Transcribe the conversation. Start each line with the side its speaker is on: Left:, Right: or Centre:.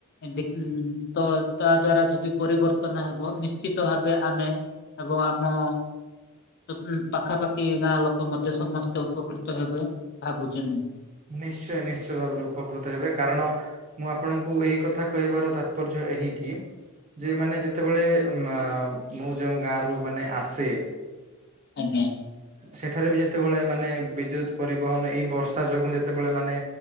Left: ଏମିତି ତ ତା ଦ୍ଵାରା ଯଦି ପରିବର୍ତ୍ତନ ହେବ ନିଶ୍ଚିତ ଭାବେ ଆମେ ଏବଂ ଆମ ସପ୍ ପାଖାପାଖି କି ଗାଁ ଲୋକ ମଧ୍ୟ ସମସ୍ତେ ଉପକୃତ ହେବେ ଭାବୁଛି ମୁଁ।
Right: ନିଶ୍ଚୟ ନିଶ୍ଚୟ ଭାବରେ ଉପକୃତ ହେବେ କାରଣ ମୁଁ ଆପଣଙ୍କୁ ଏଇ କଥା କହିବାର ତାତ୍ପର୍ଯ୍ୟ ଏହିକି ଯେ ମାନେ ଯେତେବେଳେ ମା ମୁଁ ଯୋଉ ଗାଁରୁ ମାନେ ଆସେ
Left: ଆଜ୍ଞା।
Right: ସେଠାରେବି ଯେତେବେଳେ ମାନେ ବିଦ୍ୟୁତ ପରିବହନ ଏଇ ବର୍ଷା ଯୋଗୁ ଯେ ଯେତେବେଳେ ମାନେ